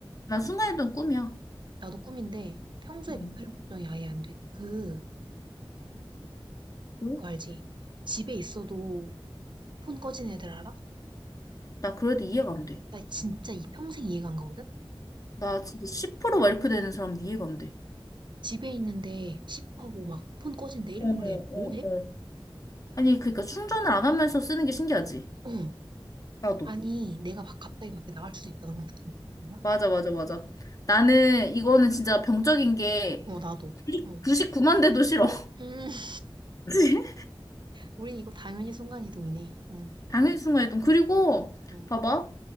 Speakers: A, on the left; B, on the right.
A: 난 순간이동 꿈이야.
B: 나도 꿈인데 평소에
A: 응.
B: 배터리 걱정이 아예 안 돼. 그
A: 응?
B: 그거 알지? 집에 있어도 폰 꺼진 애들 알아?
A: 나 그래도 이해가 안 돼.
B: 나 진짜 이 평생 이해가 안 가거든?
A: 나 진짜 10%막 이렇게 되는 사람도 이해가 안 돼.
B: 집에 있는데 십퍼고 막 폰 꺼진데
A: 어, 어,
B: 퍼래 뭐해?
A: 어. 아니, 그러니까 충전을 안 하면서 쓰는 게 신기하지?
B: 어.
A: 나도.
B: 아니, 내가 막 갑자기 밖에 나갈 수도 있다. 그럼 그때 막 하는 거야?
A: 맞아, 맞아, 맞아. 나는 이거는 진짜 병적인 게
B: 어, 나도. 어.
A: 99만 대도 싫어.
B: 음, <laughs>
A: <laughs>
B: 우린 이거 당연히 순간이동이네. 응,
A: 당일 순간이동. 그리고
B: 응,
A: 봐봐.